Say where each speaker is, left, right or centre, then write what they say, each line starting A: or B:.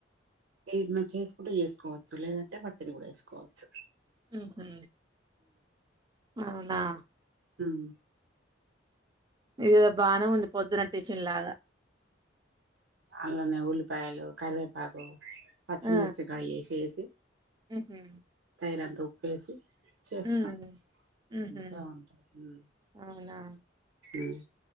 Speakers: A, on the right; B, on the right.
A: ఏమో చేసుకుంటే చేసుకోవచ్చు లేదంటే వట్టిది కూడా ఏసుకోవచ్చు
B: ఊహూ అవునా
A: ఉమ్
B: ఇది ఏదో బానే ఉంది పొద్దున టిఫిన్ లాగా
A: అంలనే ఉల్లిపాయలు కరివే పాకు పచ్చిమిర్చి
B: ఆ!
A: కాయ యేసేసి
B: హుహు.
A: తగినంత ఉప్పు వేసి చేస్తాం
B: హ్మ్. హుహు.
A: ఉహు బాగుంటది ఉహ్
B: అవునా?
A: ఉహ్